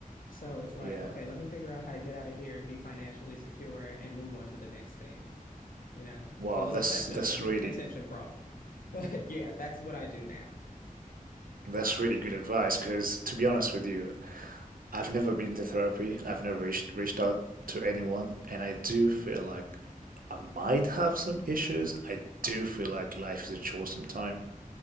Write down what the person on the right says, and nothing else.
Yeah.
Wow,
that's
that's
really
That's really good advice because, to be honest with you, I've never been to therapy. I've never reached, reached out to anyone, and I do feel like I might have some issues. I do feel like life is a chore sometimes,